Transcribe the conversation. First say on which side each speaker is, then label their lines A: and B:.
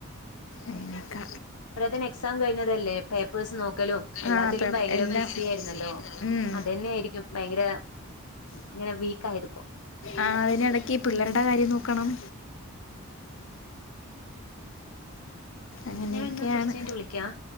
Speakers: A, on the left; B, on the left.
A: അങ്ങനക്ക
B: <unintelligible> എക്സാം കഴിഞ്ഞതല്ലേ പേപ്പേഴ്സ് നോക്ക ക്കലും എല്ലാത്തിലും
A: ആഹ് പേ
B: ഭയങ്കര
A: എല്ലാം
B: ബിസ്സി ആയിരുന്നല്ലോ
A: ഉം
B: അത് തന്നെ ആായിരിക്കും ഭയങ്കര ഇങ്ങനെ വീക്ക് ആയത്പ്പോ
A: ആ അതിനിടക്ക് പിള്ളേരുടെ കാര്യം നോക്കണം അങ്ങനെയൊക്കെയാണ്
B: ഞാൻ ഇന്ന കുറച്ച കഴിഞ്ഞിട്ട് വിളിക്കാ